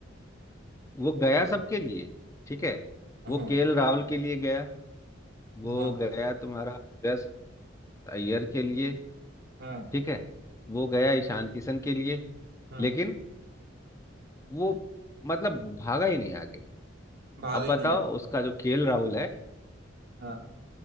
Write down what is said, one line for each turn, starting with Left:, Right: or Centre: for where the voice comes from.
Left: वो गया सबके लिए ठीक है
Right: हाँ
Left: वो केएल राहुल के लिए गया वो
Right: हाँ
Left: गया तुम्हारा श्रेयस अय्यर के लिए
Right: हाँ
Left: ठीक है वो गया ईशान किशन के लिए
Right: हाँ
Left: लेकिन वो मतलब भागा ही नहीं आगे
Right: भागा
Left: अब
Right: ही
Left: बताओ
Right: नहीं यार
Left: उसका जो केएल राहुल है
Right: हाँ